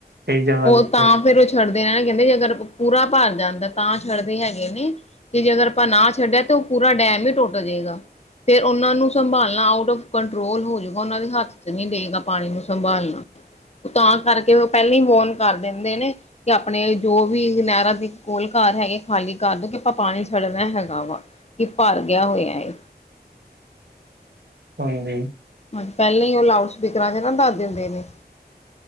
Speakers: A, on the right; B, on the left.
A: ਕਈ ਜਗ੍ਹਾ
B: ਉਹ
A: ਦੇਖੋ
B: ਤਾਂ ਫੇਰ ਓ ਛੱਡਦੇ ਨੇ ਕਹਿੰਦੇ ਜੇ ਅਗਰ ਪੂਰਾ ਪਾਰ ਜਾਂਦਾ ਤਾਂ ਛੱਡਦੇ ਹੈਗੇ ਨੇ। ਤੇ ਜੇ ਅਗਰ ਆਪਾਂ ਨਾ ਛੱਡਿਆ ਤਾਂ ਉਹ ਪੂਰਾ ਡੈਮ ਈ ਟੁੱਟ ਜਾਏਗਾ। ਫੇਰ ਉਹਨਾਂ ਨੂੰ ਸੰਭਾਲਣਾ ਆਊਟ ਆਫ ਕੰਟਰੋਲ ਹੋਜੂਗਾ, ਉਹਨਾਂ ਦੇ ਹੱਥ ਚ ਨਹੀਂ ਰਹੇ ਗਾ ਪਾਣੀ ਨੂੰ ਸੰਭਾਲਣਾ। ਉਹ ਤਾਂ ਕਰਕੇ ਉਹ ਪਹਿਲਾਂ ਹੀ ਵੋਨ ਕਰ ਦਿੰਦੇ ਨੇ। ਕਿ ਆਪਣੇ ਜੋ ਵੀ ਨਹਿਰਾਂ ਦੇ ਕੋਲ ਕਰ ਹੈਗੇ, ਖਾਲੀ ਕਰਦੋ ਕਿ ਆਪਾਂ ਪਾਣੀ ਛੱਡਨਾ ਹੈਗਾ ਵਾ। ਕਿ ਪਾਰ ਗਿਆ ਹੋਇਆ ਐ।
A: ਹਾਂਜੀ।
B: ਹਾਂਜੀ, ਪਹਿਲਾਂ ਹੀ ਉਹ ਲਾਊਡ ਸਪੀਕਰਾਂ ਚ ਨਾ ਦੱਸ ਦਿੰਦੇ ਨੇ।